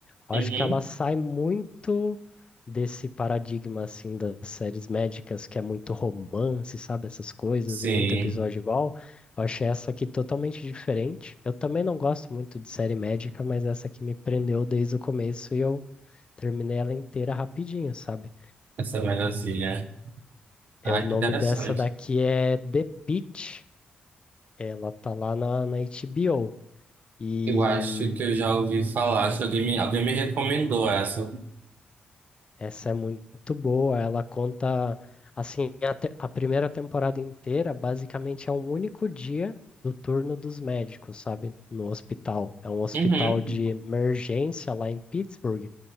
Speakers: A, on the left; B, on the right.
A: Acho
B: uhum,
A: que ela sai muito desse paradigma assim das séries médicas que é muito romance, sabe, essas coisas
B: sim,
A: e muito episódio igual. Eu achei essa aqui totalmente diferente. Eu também não gosto muito de série médica, mas essa aqui me prendeu desde o começo e eu terminei ela inteira rapidinho, sabe?
B: essa melhorzinha.
A: É
B: Ah,
A: o nome
B: que interessante.
A: dessa daqui é The Pitt. Ela tá lá na, na HBO. E
B: Eu acho que eu já ouvi falar, acho que alguém me, alguém me recomendou essa.
A: Essa é muito boa. Ela conta, assim, a, te- a primeira temporada inteira, basicamente é um único dia do turno dos médicos, sabe? No hospital. É um hospital
B: Uhum,
A: de emergência lá em Pittsburgh.